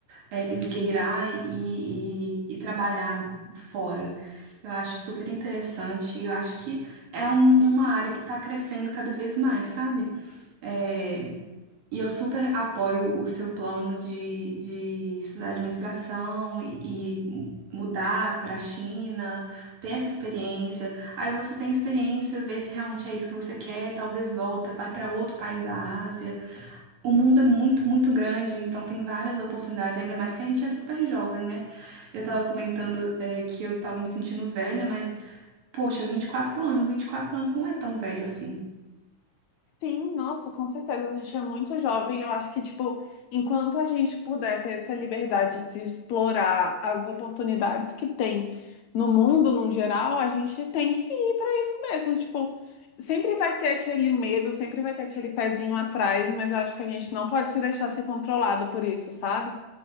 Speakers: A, on the right; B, on the left.
A: é, esgueirar e, e- e trabalhar fora. Eu acho super interessante e eu acho que é um- uma área que está crescendo cada vez mais, sabe? É, e eu super apoio o seu plano de, de estudar administração e, e mudar para a China, ter essa experiência. Aí você tem experiência, vê se realmente é isso que você quer, talvez volta, vai para outro país da Ásia. O mundo é muito, muito grande, então tem várias oportunidades, ainda mais que a gente é super jovem, né? Eu tava comentando, eh, que eu tava me sentindo velha, mas, poxa, 24 anos, 24 anos não é tão velho assim.
B: Sim, nossa, com certeza. A gente é muito jovem. Eu acho que, tipo, enquanto a gente puder ter essa liberdade de explorar as oportunidades que tem no mundo, no geral, a gente tem que ir para isso mesmo. Tipo, sempre vai ter aquele medo, sempre vai ter aquele pezinho atrás, mas eu acho que a gente não pode se deixar ser controlado por isso, sabe?